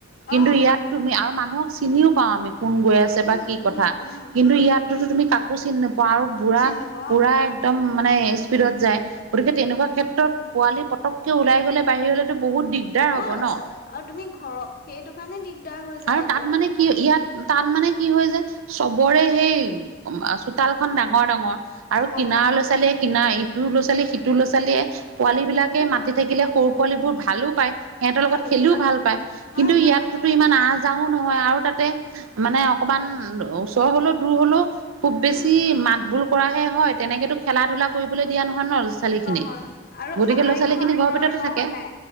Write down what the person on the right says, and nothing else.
কিন্তু ইয়াত তুমি আৰু মানুহক চিনিও পাওঁ আমি। কোন গৈ আছে
বা কি কথা
কিন্তু
ইয়াততো তুমি কাকো চিনি নোপোৱা আৰু পুৰা,
পুৰা
এক -দম মানে স্পীডত যায়। গতিকে তেনেকুৱা ক্ষেত্ৰত পোৱালি পটকে ওলাই গ'লে বাহিৰলৈ বহুত দিগদাৰ
হ'ব ন
আৰু
তাত
মানে কি ইয়াত তাত মানে কি হয় যে চবৰে
সেই চোতালখন ডাঙৰ ডাঙৰ, ডাঙৰ আৰু
কিনাৰ
লৰা- ছোৱালীয়ে কিনা ইটো ল'ৰা -ছোৱালী সিটো ল'ৰা- ছোৱালীয়ে। পোৱালী বিলাকে
মাতি থাকিলে, সৰু পোৱালীবোৰ ভালো পায়। সিহঁতৰ লগত
খেলিও
ভাল পায়।
কিন্তু
ইয়াতোত
ইমান আজ যাওঁ নহয় আৰু তাতে মানে অকমান ওচৰ হলেও, দূৰ হলেও খুৱ বেছি
মাত বোল কৰাহে হয়। তেনেকেতো খেলা ধূলা কৰিবলৈ দিয়া নহয় ন? ছোৱালী খিনিক
গতিকে
ল'ৰা ছোৱালী
খিনি ঘৰৰ
ভিতৰতে
থাকে